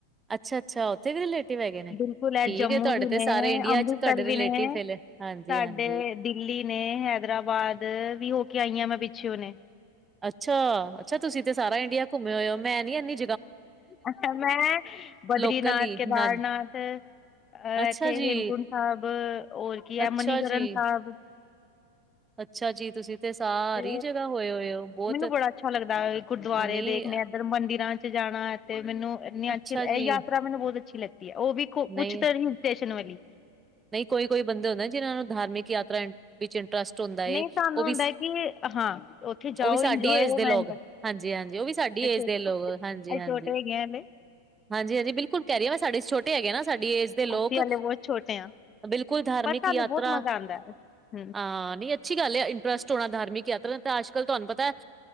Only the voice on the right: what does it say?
ਅੱਛਾ ਅੱਛਾ ਉੱਥੇ ਵੀ ਰਿਲੇਟਿਵ ਹੈਗੇ ਨੇ
ਠੀਕ
ਆ ਤੁਹਾਡੇ
ਤੇ
ਸਾਰੇ ਇੰਡੀਆ
ਚ ਤੁਹਾਡੇ ਰਿਲੇਟਿਵ
ਹਾਂਜੀ
ਹਾਂਜੀ
ਅੱਛਾ ਅੱਛਾ ਤੁਸੀਂ ਤੇ ਸਾਰਾ ਇੰਡੀਆ ਘੁੰਮੇ ਹੋਏ ਹੋ ਮੈਂ ਨੀ ਇਨੀ
ਲੋਕਲ ਹੀ
ਹਾਂਜੀ
ਅੱਛਾ
ਜੀ,
ਅੱਛਾ
ਜੀ
ਅੱਛਾ ਜੀ, ਤੁਸੀਂ ਤੇ ਸਾਰੀ
ਜਗ੍ਹਾ ਹੋਏ ਹੋਏ ਹੋ ਬਹੁਤ
ਅ, ਨਹੀਂ
ਅੱਛਾ
ਜੀ,
ਨਹੀਂ
ਨਹੀਂ ਕੋਈ ਕੋਈ ਬੰਦੇ ਹੁੰਦੇ ਜਿਨਾਂ ਨੂੰ ਧਾਰਮਿਕ ਯਾਤਰਾ ਵਿੱਚ ਇੰਟਰਸਟ ਹੁੰਦਾ ਹੈ
ਉਹ ਵੀ
ਉਹ
ਵੀ ਸਾਡੀ
ਏਜ ਦੇ ਲੋੌਗ ਹਾਂਜੀ ਹਾਂਜੀ ਉਹ ਵੀ ਸਾਡੀ ਏਜ
ਦੇ
ਲੋਕ ਹਾਂਜੀ ਹਾਂਜੀ
ਹਾਂਜੀ ਹਾਂਜੀ ਬਿਲਕੁਲ ਕਹਿਰੀ ਸਾਡੇ ਛੋਟੇ ਹੈਗੇ ਨਾ ਸਾਡੀ ਏਜ ਦੇ ਲੋਕ
ਬਿਲਕੁਲ ਧਾਰਮਿਕ
ਯਾਤਰਾ
ਹਾਂ ਨੀ ਅੱਛੀ ਗੱਲ ਹੈ ਇੰਟਰਸਟ ਹੋਣਾ ਧਾਰਮਿਕ ਯਾਤਰਾ ਤਾਂ ਅੱਜ ਕੱਲ ਤੁਹਾਨੂੰ ਪਤਾ ਹੈ